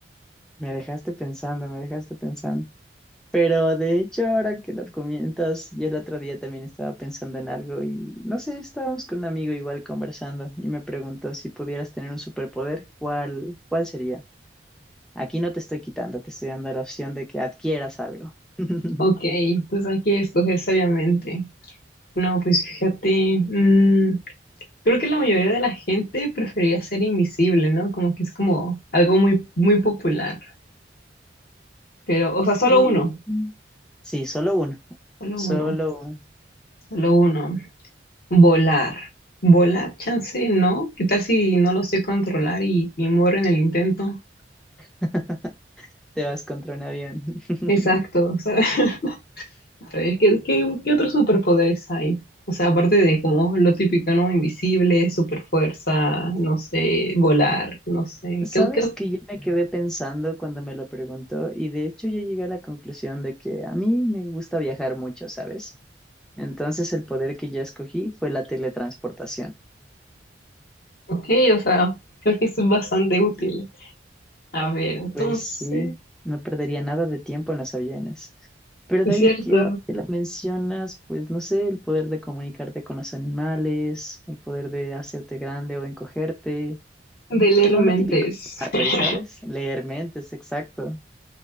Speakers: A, in the centre; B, on the left.
A: Me dejaste pensando, me dejaste pensando. Pero de hecho, ahora que lo comentas, yo el otro día también estaba pensando en algo y no sé, estábamos con un amigo igual conversando y me preguntó si pudieras tener un superpoder, ¿cuál, cuál sería? Aquí no te estoy quitando, te estoy dando la opción de que adquieras algo. <laughs>
B: Ok, entonces hay que escoger sabiamente. No, pues fíjate, mm, creo que la mayoría de la gente prefería ser invisible, ¿no? Como que es como algo muy, muy popular. Pero, o sea, solo
A: Mm,
B: uno,
A: Sí, solo uno,
B: solo
A: solo
B: uno,
A: uno.
B: solo uno. Volar. Volar, chance, ¿no? ¿Qué tal si no lo sé controlar y, y muero en el intento?
A: <laughs> Te vas contra un avión. <laughs>
B: Exacto, o sea, <laughs> a ver, ¿qué, qué, qué otros superpoderes hay? O sea, aparte de como lo típico, ¿no? Invisible, superfuerza, no sé, volar, no sé.
A: Sabes
B: ¿Qué, qué
A: que yo me quedé pensando cuando me lo preguntó y de hecho yo llegué a la conclusión de que a mí me gusta viajar mucho, ¿sabes? Entonces el poder que yo escogí fue la teletransportación.
B: Ok, o sea, creo que es bastante útil. A ver, entonces,
A: Pues sí, no perdería nada de tiempo en los aviones. Pero
B: es
A: de ahí
B: cierto,
A: que ahora que lo mencionas, pues no sé, el poder de comunicarte con los animales, el poder de hacerte grande o encogerte,
B: de leer
A: como
B: mentes.
A: lo típico, de
B: <laughs>
A: Marvel, ¿sabes? Leer mentes, exacto,